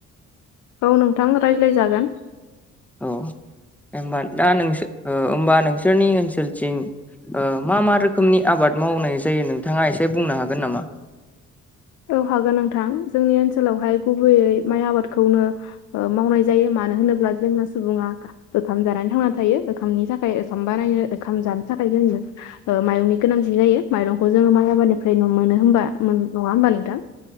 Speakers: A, on the left (about 75°); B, in the centre.
A: औ नोंथां रायज्लाय जागोन
B: अ होमबा दा नोंसोर ओ होमबा नोंसोरनि ओनसोलथिं ओ मा मा रोखोमनि आबाद मावनाय जायो नोंथाङा एसे बुंनो हागोन नामा?
A: औ हागोन नोंथां जोंनि ओनसोलावहाय गुबैयै माइ आबादखौनो ओ मावनाय जायो मानो होनोब्ला जोंना सुबुङा ओंखाम जानानै थांना थायो ओंखामनि थाखाय ओखाम बानायनो ओंखाम जानो थाखाय जोंनो ओ माइरंनि गोनांथि जायो माइरंखौ जोङो माइ आबादनिफ्राय मोनो होनबा नङा होनबा नोंथां